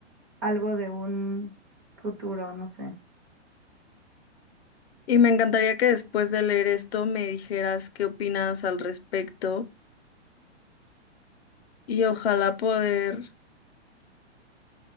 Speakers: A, on the right (about 20°); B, on the left (about 60°).
A: algo de un futuro, no sé.
B: Y me encantaría que después de leer esto me dijeras qué opinas al respecto y ojalá poder